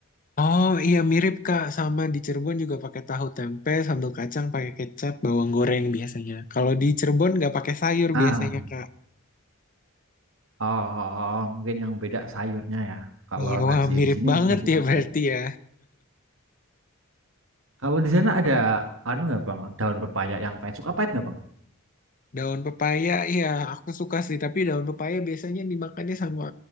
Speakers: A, on the left; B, on the right.
A: Oh iya mirip Kak sama di Cirebon juga pakai tahu tempe, sambal kacang, pakai kecap, bawang goreng biasanya. Kalau di Cirebon nggak pakai sayur
B: ah,
A: biasanya Kak.
B: oh, oh, oh, mungkin yang beda sayurnya ya. Kalau
A: Iya
B: nasi
A: wah mirip
B: di sini
A: banget
B: masih
A: ya
B: pakai.
A: berarti ya.
B: Kalau di sana ada anu nggak Bang, daun pepaya yang pahit. Suka pahit nggak Bang?
A: Daun pepaya iya aku suka sih tapi daun pepaya biasanya dimakannya sama